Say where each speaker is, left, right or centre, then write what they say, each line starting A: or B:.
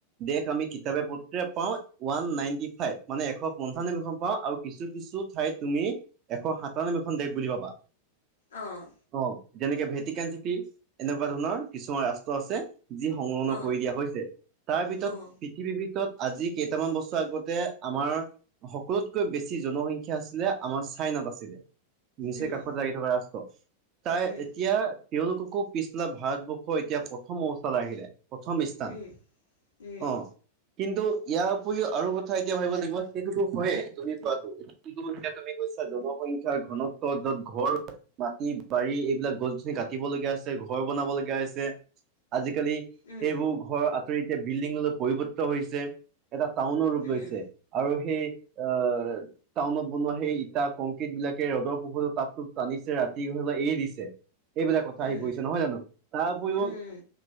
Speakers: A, on the right (about 35°); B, on the left (about 70°).
A: দেশ আমি কিতাপে পত্ৰে পাওঁ ওৱান নাইনটি ফাইভ মানে এশ পঞ্চানব্বৈ
B: উম
A: খন পাওঁ আৰু কিছু কিছু ঠাইত তুমি এশ সাতান্নব্বৈখন দেশ বুলি পাবা
B: অঁ
A: অ যেনেকে ভেটিকান চিটি এনেকুৱা ধৰণৰ কিছুমান ৰাষ্ট্ৰ আছে যি সংলগন
B: অঁ
A: কৰি দিয়া হৈছে তাৰ ভিতৰত
B: অঁ
A: পৃথিৱীৰ ভিতৰত আজি কেইটামান বছৰ আগতে আমাৰ সকলোতকৈ বেছি বেছি জনসংখ্যা আছিলে আমাৰ চাইনাত আছিলে নিচে
B: উম
A: কাষত লাগি থকা ৰাষ্ট্ৰ তাই
B: উম
A: এতিয়া তেওঁলোককো পিছফালা ভাৰতবৰ্ষৰ এতিয়া প্ৰথম অৱস্থালৈ আহিলে প্ৰথম স্থান
B: উম উম
A: অঁ কিন্তু ইয়াৰ উপৰিও আৰু কথা এতিয়া ভাবিব লাগিব সেইটোতো হয়য়ে তুমি এতিয়া তুমি কৈছা জনসংখ্যাৰ ঘনত্ব য'ত ঘৰ মাটি বাৰী এইবিলাক গছ গছনি কাটিব লগীয়া হৈছে ঘৰ বনাব লগীয়া হৈছে আজিকালি
B: উম
A: সেইবোৰ ঘৰৰ আঁতৰি এতিয়া বিল্ডিংলৈ পৰিৱৰ্ত হৈছে। এটা টাউনৰ ৰূপ
B: উম উম
A: লৈছে আৰু সেই অ - টাউনত বনোৱা সেই ইটা কংক্ৰিট বিলাকে ৰ'দৰ পোহৰো টাপ টোপ টানিছে ৰাতি হ'লে এৰি দিছে এইবিলাক কথা
B: উম
A: আহি পৰিছে নহয় জানো, তাৰ উপৰিও
B: উম